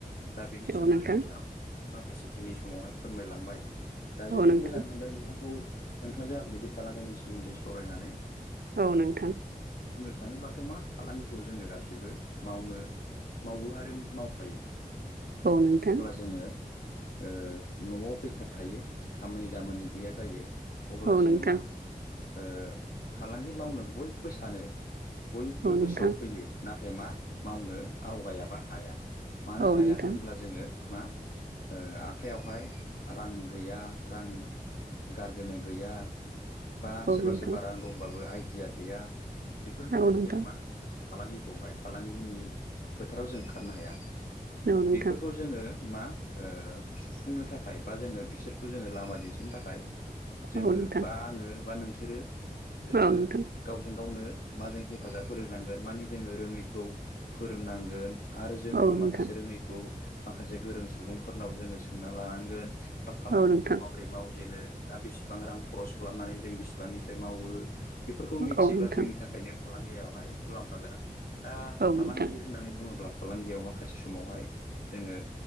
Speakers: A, on the left; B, on the right.
A: दा बेनि
B: औ
A: सोमोन्दै
B: नोंथां
A: नोंथाङाबो माखासे खिनि समावहाय फोरमायलांबाय। दा जोबोद
B: औ नोंथां
A: मोजां मोनदों नोंथांखौ नोंथांजों आं बिदि फालांगिनि सोमोन्दै सावरायनानै।
B: औ नोंथां।
A: हायोब्लाथ' मा फालांगिखौ जोङो गासैबो मावनो मावो आरो मावखायो।
B: औ नोंथां
A: जेब्ला जोङो ओ न'आव बेखार थायो। खामानि दामानि गैया जायो। अब्ला
B: औ
A: जोङो
B: नोंथां औ नोंथां
A: मा ओ फालांगि मावनो बयबो सानो, बयबो
B: औ नोंथां
A: गोसोआव फैयो <unintelligible> नाथाय मा मावनो आवगायाबा हाया। मानो
B: औ
A: हाया
B: नोंथां
A: होनब्ला जोङो मा ओ आखायावहाय रां गैया। रां गारगोनो गैया। बा
B: औ
A: सोरबा
B: नोंथां
A: - सोरबा रां दंबाबो आइडिया गैया। बेफोरनि थाखायनो
B: औ नोंथां
A: जोङो मा फालांगिखौहाय फालांगिनि फोथाराव जों ओंखारनो हाया।
B: औ नोंथां
A: बेफोरखौ जोङो मा ओ सुफुंनो थाखाय बा जोङो बिसोरखौ जोङो लामा दिन्थिनो थाखाय जोङो
B: औ नोंथां
A: बा आङो बा नोंसोरो ओ
B: औ नोंथां
A: गावजों - गावनो मा जों हेफाजाब फोरोंनांगोन मानि जोङो रोङैखौ फोरोंनांगोन। आरो जोंबो
B: औ नोंथां
A: माखासे रोङैखौ माखासे गोरों, सुबुंफोरनाव जोङो सोंना लानांगोन। दा फालांगिखौ
B: औ नोंथां
A: माबोरै मावजेनो। दा बेसेबां रां खरस खालामनानै जों बेसिबांनिफ्राय मावो। बेफोरखौ मिथियोब्ला
B: औ नोंथां
A: जोंनि थाखायनो फालांगियावहाय मुलाम्फा गोनां। दा
B: औ
A: फालांगि
B: नोंथां
A: होननानै बुङोब्ला फालांगियाव माखासे समावहाय जोङो